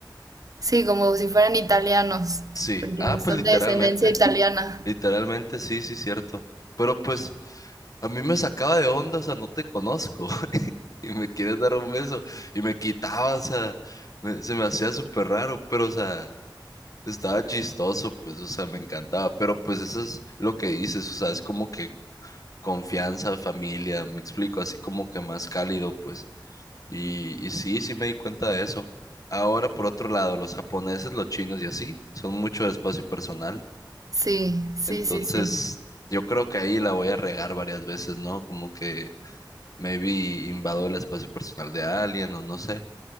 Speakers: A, on the right (about 50°); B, on the left (about 50°).
A: Sí, como si fueran italianos,
B: Sí.
A: porque
B: Ah,
A: son
B: pues literalmente,
A: de descendencia italiana.
B: literalmente, sí, sí, cierto. Pero pues a mí me sacaba de onda, o sea, no te conozco <laughs> y me quieres dar un beso y me quitaba, o sea, me- se me hacía súper raro, pero o sea, estaba chistoso, pues, o sea, me encantaba. Pero pues eso es lo que dices, o sea, es como que confianza, familia, me explico, así como que más cálido, pues. Y, y sí, sí me di cuenta de eso. Ahora, por otro lado, los japoneses, los chinos y así, son mucho de espacio personal.
A: Sí, sí,
B: Entonces,
A: sí, sí.
B: yo creo que ahí la voy a regar varias veces, ¿no? Como que maybe invado el espacio personal de alguien o no sé,